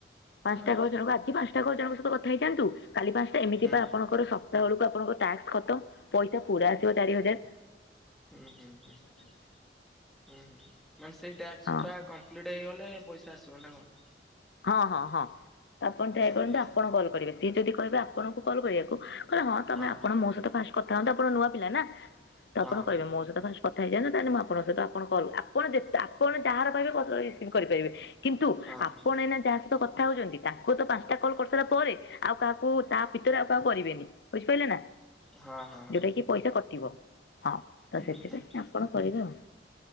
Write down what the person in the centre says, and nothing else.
ହଁ
ହୁଁ
ହୁଁ ହୁଁ ହୁ। ହୁଁ ହୁଁ ମାନେ ଟାସ୍କ
ଟା କମ୍ପ୍ଲିଟ ହେଇଗଲେ ପଇସା ଆସିବ ନା କଣ?
ହଁ
ହଁ
ହଁ
ହଁ
ହଁ
ହଁ ହଁ ହଁ
ହୁଁ
ହୁଁ